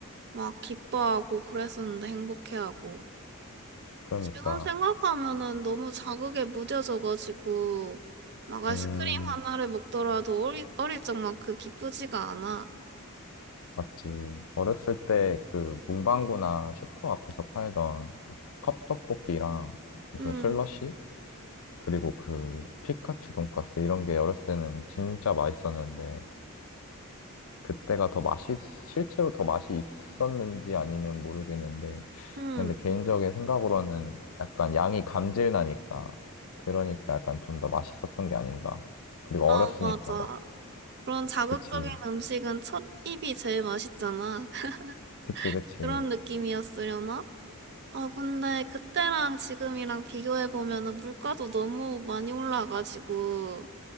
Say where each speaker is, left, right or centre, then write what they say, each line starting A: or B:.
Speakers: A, on the right; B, on the left.
A: 막 기뻐하고 그랬었는데 행복해하고.
B: 그러니까.
A: 지금 생각하면은 너무 자극에 무뎌져가지고 막 아이스크림
B: 음.
A: 하나를 먹더라도 어리, 어릴 적만큼 기쁘지가 않아.
B: 맞지. 어렸을 때 그 문방구나 슈퍼 앞에서 팔던 그 컵떡볶이랑 무슨
A: 응,
B: 슬러시? 그리고 그 피카츄 돈까스 이런 게 어렸을 때는 진짜 맛있었는데 그때가 더 맛이, 실제로 더 맛이 있었는지 아니면 모르겠는데
A: 응.
B: 근데 개인적인 생각으로는 약간 양이 감질나니까 그러니까 약간 좀 더 맛있었던 게 아닌가. 그리고
A: 아,
B: 어렸으니까
A: 맞아.
B: 막.
A: 그런 자극적인
B: 그치.
A: 음식은 첫 입이 제일 맛있잖아. <laughs>
B: 그치, 그치.
A: 그런 느낌이었으려나? 아, 근데 그때랑 지금이랑 비교해보면은 물가도 너무 많이 올라가지고.